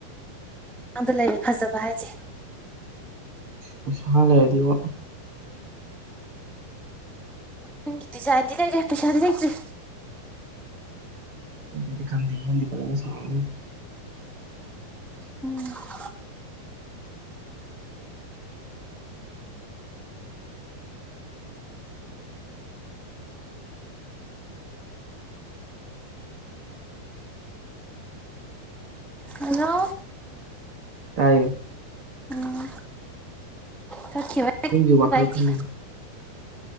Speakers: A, in the centre; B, on the right (about 40°).
A: <unintelligible> ꯐꯖꯕ ꯍꯥꯏꯁꯦ
B: ꯄꯩꯁꯥ ꯂꯩꯔꯗꯤꯕꯣ
A: ꯅꯪꯒꯤ ꯗꯤꯖꯥꯏꯟꯗꯤ ꯂꯩꯔꯦ ꯄꯩꯁꯥꯗꯤ ꯂꯩꯇ꯭ꯔꯤ
B: ꯂꯩꯇ꯭ꯔꯥꯗꯤ ꯈꯪꯗꯦ ꯌꯨꯝꯗꯤ ꯐꯖꯅ ꯁꯥꯔꯅꯤ
A: ꯎꯝ ꯍꯜꯂꯣ
B: ꯇꯥꯏꯌꯦ
A: ꯎꯝ ꯆꯠꯈꯤꯕ
B: ꯌꯨꯝꯒꯤ
A: ꯈꯟꯕ
B: ꯋꯥꯈꯜ
A: ꯑꯩꯗꯤ
B: ꯈꯜꯂꯤ